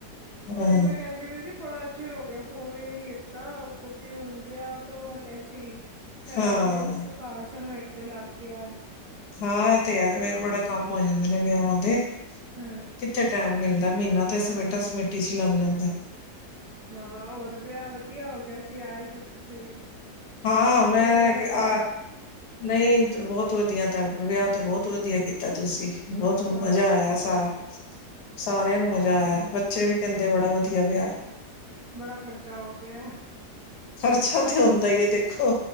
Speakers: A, on the left; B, on the right.
A: ਹਾਂ
B: ਉਹੀ ਮੈਂ ਕਹਿੰਦੀ ਵੀ ਜੀ ਬੜਾ ਚਿਰ ਹੋ ਗਿਆ ਫੋਨ ਹੀ ਨੀ ਕੀਤਾ ਕਿਉਂਕਿ ਹੁਣ ਵਿਆਹ ਤੋਂ ਹਟੇ ਸੀ ਫਿਰ
A: ਹਾਂ
B: ਏਵੀ ਸਕਾਰ ਸਮੇਟਣ ਲੱਗ ਗਯਾ ਔ
A: ਹਾਂ ਇਹ ਤੇ ਹੈ, ਬੜੇ ਕੰਮ ਹੋ ਜਾਂਦੇ ਨੇ ਵਿਆਹਾਂ ਵਾਂ ਤੇ
B: ਹੂ
A: ਕਿੱਥੇ ਟਾਈਮ ਮਿਲਦਾ, ਮਹੀਨਾ ਤੇ ਸਮੇਟਾ ਸਮੇਟੀ ਚ ਹੀ ਲੱਗ ਜਾਂਦਾ
B: ਹਾਂ ਹੋਰ ਵਿਆਹ ਵਧੀਆ ਹੋ ਗਿਆ ਸੀ, ਆਏ ਸੀ ਤੁਸੀਂ ਵੀ
A: ਹਾਂ ਮੈਂ
B: ਕਿਵੇਂ ਦਾ ਲੱਗਿਆ
A: ਕਿਆ ਨਹੀਂ ਬਹੁਤ ਵਧੀਆ ਤੁਡ ਵਿਆਹ ਤੇ ਬਹੁਤ ਵਧੀਆ ਕੀਤਾ ਤੁਸੀਂ ਬਹੁਤ
B: ਹਾਂ
A: ਮਜ਼ਾ ਆਇਆ ਸਾਰ ਸਾਰਿਆਂ
B: ਹਾਂ
A: ਨੂੰ ਮਜਾ ਆਇਆ ਬ ਬੱਚੇ ਵੀ ਕਹਿੰਦੇ ਬੜਾ ਵਧੀਆ ਵਿਆਹ
B: ਬੜਾ ਖ਼ਰਚਾ ਹੋ ਗਯਾ ਐ
A: ਖ਼ਰਚਾ ਤੇ ਹੁੰਦਾ ਹੀ ਆ ਦੇਖੋ,